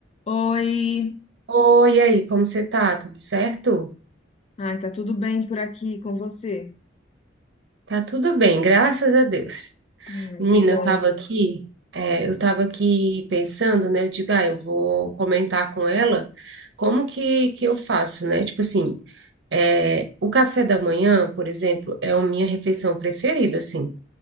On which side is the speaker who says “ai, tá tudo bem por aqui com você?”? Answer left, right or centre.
Left